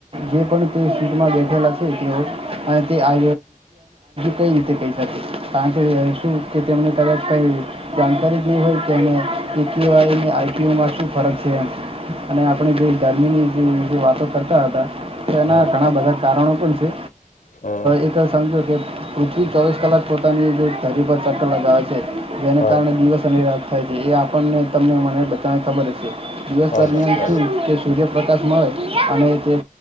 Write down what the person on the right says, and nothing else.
જે પણ તે સીટમાં બેઠેલા છે તેઓ અને તે આ કઈ રીતે કહી શકે કારણ કે શું કે તેમને કદાચ કઈ જાણકારી જેવી હોય કેને એ કવાયને આઈ ટઓમાં શું ફરક છે એમ અને આપણે જે ગરમીની જે વાતો કરતા હતા તો એના
ઘણા બધા કારણો પણ છે
એકંગ કે પૃથ્વી ચોવીસ કલાક પોતાની જે ધરી પર ચક્કર લગાવે છે જેને
કારણે દિવસ અને રાત થાય છે એ આપણને તમને મને બધાને ખબર જ છે દિવસ
દરમિયાન
શ તે સૂર્યપ્રકાશ મળે અને તે